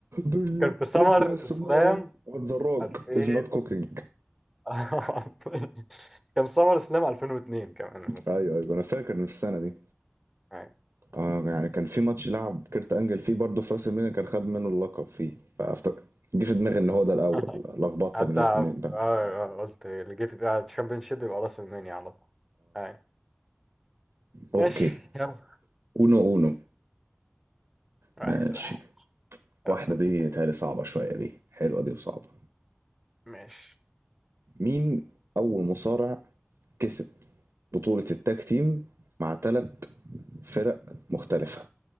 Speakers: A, on the right; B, in the centre.
A: Do you-
B: كان في سمر
A: if yes
B: اسلام
A: man what the rock
B: 2000
A: is not cooking
B: <laughs> كان سمر اسلام 2002 كمان المفروض.
A: ايوه ايوه انا فاكر إن في السنه دي
B: أي.
A: آه يعني كان في ماتش لعب كيرت انجل فيه برضه في راس المينا كان خد منه اللقب فيه فأفتكر جه في دماغي ان هو ده الاول
B: <laughs>
A: لخبطت
B: حتى
A: من الاتنين
B: اه
A: بقى
B: آه، قلت اللي جه في بالي الشامبيونشيب يبقى راس المانيا على طول أي.
A: اوكي
B: ماشي يلا
A: اونو اونو
B: واحد
A: ماشي
B: واحد
A: واحدة
B: يلا
A: دي
B: بيك
A: تهيألي صعبة شوية دي حلوة دي وصعبة
B: ماشي
A: مين أول مصارع كسب بطولة التاج تيم مع تلات فرق مختلفة